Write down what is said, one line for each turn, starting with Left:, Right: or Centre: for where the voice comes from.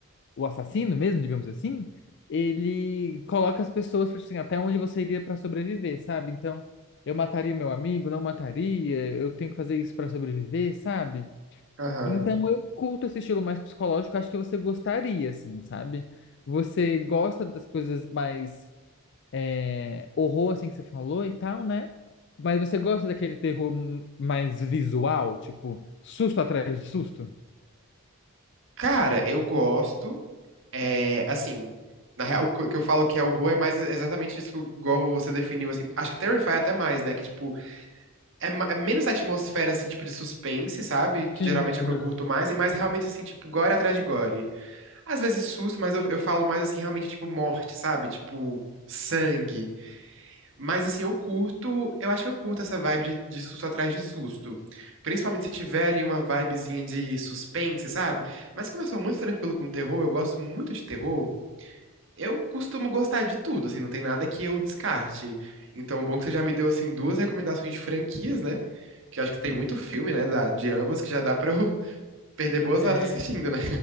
Left: o assassino mesmo, digamos assim, ele coloca as pessoas, tipo assim, até onde você iria para sobreviver, sabe? Então, eu mataria o meu amigo, não mataria, eu tenho que fazer isso para sobreviver, sabe?
Right: Aham.
Left: Então eu curto esse estilo mais psicológico, acho que você gostaria, assim, sabe? Você gosta das coisas mais é, horror, assim, que você falou e tal, né? Mas você gosta daquele terror m- mais visual, tipo, susto atrás de susto?
Right: Cara, eu gosto. É, assim, na real, o que que eu falo que é horror é mais exatamente isso, igual você definiu, assim. Acho que Terrify é até mais, né? Que, tipo, é, ma- é menos atmosfera, assim, tipo, de suspense, sabe? Que
Left: Sim,
Right: geralmente é o
Left: aham.
Right: que eu curto mais, e mais realmente, assim, tipo, gore atrás de gore. Às vezes susto, mas eu, eu falo mais, assim, realmente, tipo, morte, sabe? Tipo, sangue. Mas, assim, eu curto, eu acho que eu curto essa vibe de, de susto atrás de susto. Principalmente se tiver ali uma vibezinha de suspense, sabe? Mas como eu sou muito tranquilo com terror, eu gosto muito de terror. Eu costumo gostar de tudo, assim, não tem nada que eu descarte. Então, bom que você já me deu, assim, duas recomendações de franquias, né? Que eu acho que tem muito filme, né, da- de ambas, que já dá pra eu <laughs> perder boas
Left: É,
Right: horas assistindo, né?